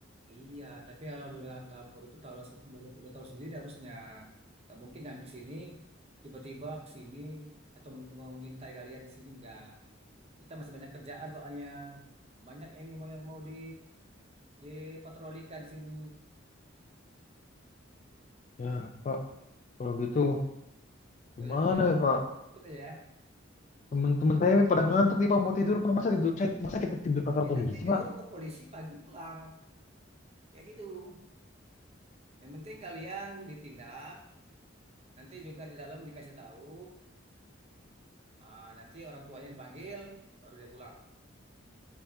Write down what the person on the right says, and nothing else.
Iya, tapi kalau udah ngelapor itu tahu lah- udah, udah tahu sendiri harusnya. Gak mungkin kan ke sini, tiba-tiba ke sini atau men- mau mengintai kalian di sini enggak. Kita masih banyak kerjaan soalnya. Banyak ini mau yang mau di dipatrolikan di sini.
Ya udah ikut ya,
ikut aja ya.
Ya
nanti tidur
ke polisi pagi pulang kayak gitu. Yang penting kalian ditindak, nanti juga di dalam dikasih tahu. Ah, nanti orang tuanya dipanggil, baru dia pulang.